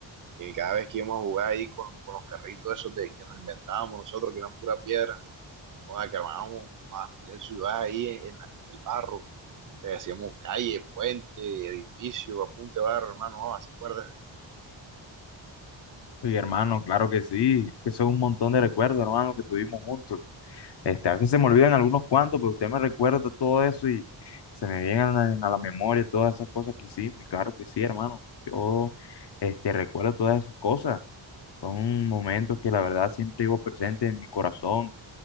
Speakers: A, on the right; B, on the left.
A: que cada vez que íbamos a jugar ahí con, con los carritos esos de que nos inventábamos nosotros, que eran pura piedra, ah, que armábamos ah, su ciudad ahí en, en la- en el barro, eh, hacíamos calle, puente, edificio, apunte barro, hermano, ah, ¿se acuerda?
B: Oye, hermano, claro que sí, es que son un montón de recuerdos, hermano, que tuvimos juntos. Este, a veces se me olvidan algunos cuantos, pero usted me recuerda todo eso y se me vienen a, la a la memoria todas esas cosas que hicimos. Y claro que sí, hermano, yo este, recuerdo todas esas cosas. Son momentos que la verdad siempre llevo presente en mi corazón